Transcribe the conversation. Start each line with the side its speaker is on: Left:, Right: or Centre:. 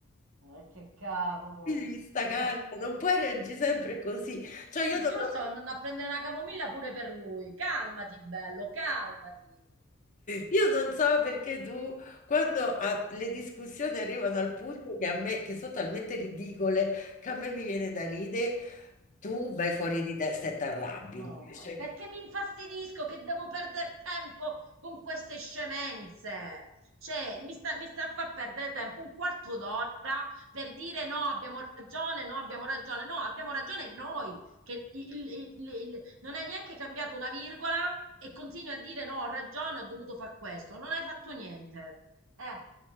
Right: Eh, che cavolo.
Left: Quindi devi sta calma,
Right: Ah,
Left: non puoi reagire sempre così. Cioè, io
Right: Ti
Left: non,
Right: giuro,
Left: lo-
Right: stavo andando a prendere una camomilla pure per lui. Calmati, bello, calmati.
Left: io non so perché tu, quando a- le discussioni arrivano al punto che a me, che sono talmente ridicole, che a me mi viene da ridere Tu vai fuori di testa e t'arrabbi
Right: No,
Left: invece.
Right: è perché mi infastidisco che devo perdere tempo con queste scemenze. Cioè, mi sta, mi sta a far perdere tempo un quarto d'ora per dire no, abbiamo ragione, no, abbiamo ragione, no, abbiamo ragione noi, che il- il- il- il- non hai neanche cambiato una virgola e continui a dire no, ho ragione, ho dovuto fare questo, non hai fatto niente. Eh,